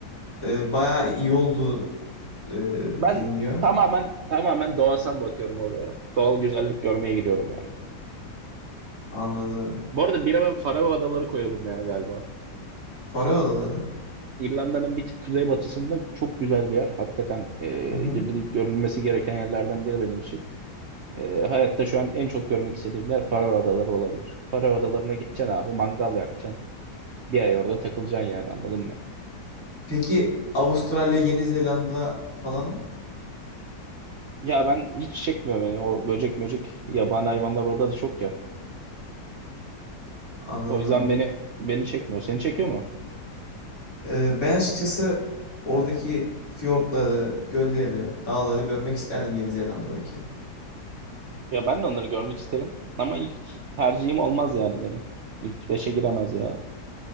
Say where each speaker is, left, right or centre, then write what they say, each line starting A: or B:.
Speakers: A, on the left; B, on the right.
A: e, bayağı iyi olduğu e,
B: Ben
A: biliniyor.
B: tamamen tamamen doğasal bakıyorum olaya. Doğal güzellik görmeye gidiyorum yani.
A: Anladım.
B: Bu arada bire ben Faroe Adaları koyarım ya galiba.
A: Faroe Adaları.
B: İrlanda'nın bir tık kuzeybatısında çok güzel bir yer. Hakikaten e,
A: Hı hı.
B: gidilip görülmesi gereken yerlerden biri benim için. E, hayatta şu an en çok görmek istediğim yer Faroe Adaları olabilir. Faroe Adaları'na gideceksin abi, mangal yakacaksın. Bir ay orada takılacaksın yani anladın mı?
A: Peki Avustralya, Yeni Zelanda falan
B: Ya ben hiç çekmiyor beni o böcek möcek yabani hayvanlar orada da çok ya.
A: anladım.
B: O yüzden beni beni çekmiyor. Seni çekiyor mu?
A: Ee, ben açıkçası oradaki fiyortları, gölleri, dağları görmek isterdim Yeni Zelanda'daki.
B: Ya ben de onları görmek isterim ama ilk tercihim olmaz yani benim. İlk beşe giremez ya.